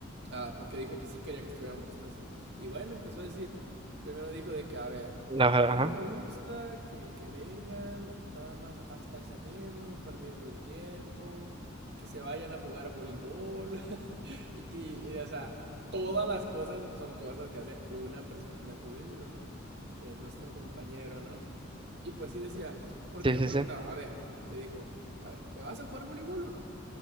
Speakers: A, on the right; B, on the right.
A: Ah, porque dijo que sí quería que estuviéramos los tres. Y bueno, empezó a decir, primero dijo de que, a ver,
B: Ajá,
A: a mí
B: ajá.
A: no me gusta que, que vengan nada más a estarse riendo, perdiendo el tiempo, que se vayan a jugar voleibol. <laughs> y, y- y, o sea, todas las cosas son cosas que hace una persona en específico, ¿no? Que es nuestro compañero, ¿no? Y pues sí decía, porque
B: Sí, sí,
A: preguntaba,
B: sí.
A: a ver, le dijo, a ver, ¿te vas a jugar voleibol o no?